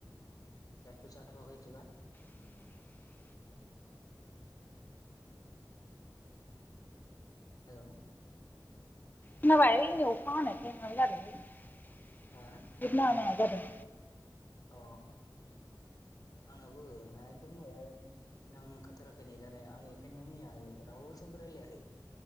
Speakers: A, on the left; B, on the left.
A: दाथ जाथआखै बेदिब्ला
B: उम
A: हेलौ
B: खोनाबायै अखा हानायखाय माबा जादोंलै नेट
A: हा
B: नाङा नाङा जादों
A: अ आंनाबो हेखदम न'आव नांखारथाराखै नै दा नै आं एखायनो मैया राव रावजोंबो रायलायाखै